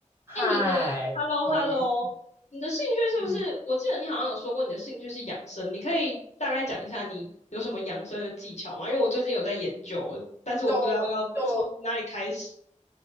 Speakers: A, on the right; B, on the left.
A: 嗨，
B: 哎，你的 Hello
A: 头一次，
B: Hello，你的兴趣是不是？
A: 嗯，
B: 我记得你好像有说过你的兴趣是养生，你可以大概讲一下你有什么养生的技巧吗？因为我最近有在研究，但是我不知道要从哪里开始。
A: 就就